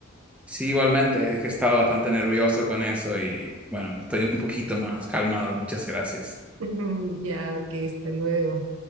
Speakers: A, in the centre; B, on the right.
A: Sí, igualmente, es que he estado bastante nervioso con eso y bueno, estoy un poquito más calmado. Muchas gracias.
B: <laughs> Ya, ok, hasta luego.